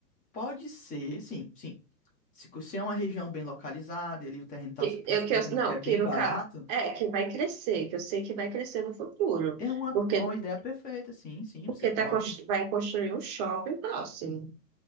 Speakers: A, on the left; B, on the right.
A: Pode ser, sim, sim. Se, co- se é uma região bem localizada, e ali o terreno está
B: Que,
A: por
B: eu,
A: 50
B: que eu,
A: mil,
B: não,
A: que é bem
B: que no
A: barato.
B: caso, é, que vai crescer, que eu sei que vai crescer no futuro,
A: É uma,
B: porque,
A: uma ideia perfeita, sim, sim,
B: porque
A: você pode.
B: tá, cons- vai construir um shopping próximo.